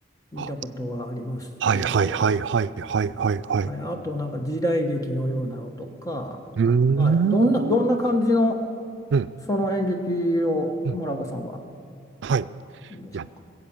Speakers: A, on the left (about 20°); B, on the right (about 80°).
A: 見たことはありますけど、
B: あはいはいはいはいはいはいはい。
A: はい、あとなんか時代劇のようなのとか、
B: うーん。
A: はい、どんな、どんな感じの
B: うん、
A: その演劇を村岡さんは
B: うん。はい。い
A: どうでしょうか。
B: や